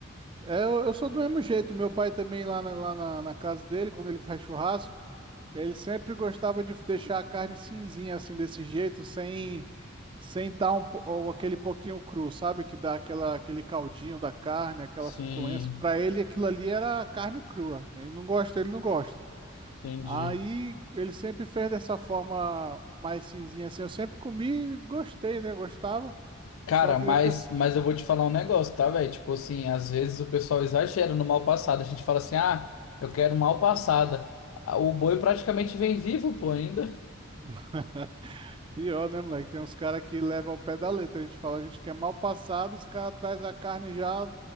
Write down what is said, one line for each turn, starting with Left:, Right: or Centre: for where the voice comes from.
Right: É, eu, eu sou do mesmo jeito. Meu pai também, lá na, lá na, na casa dele, quando ele faz churrasco, ele sempre gostava de deixar a carne cinzinha, assim, desse jeito, sem sem estar um, po- ou aquele pouquinho cru, sabe? Que dá aquela, aquele caldinho da carne, aquela
Left: Sim,
Right: suculência. Para ele, aquilo ali era carne crua. Ele não gosta, ele não gosta.
Left: entendi.
Right: Aí ele sempre fez dessa forma mais cinzinha, assim. Eu sempre comi e gostei, né? Gostava.
Left: Cara,
Right: Só que
Left: mas,
Right: depois.
Left: mas eu vou te falar um negócio, tá, velho? Tipo assim, às vezes o pessoal exagera no mal passado. A gente fala assim, ah, eu quero mal passada. Ah, O boi praticamente vem vivo, pô, ainda.
Right: <laughs> Pior, né, moleque? Tem uns caras que levam ao pé da letra. A gente fala, a gente quer mal passado, os caras traz a carne já,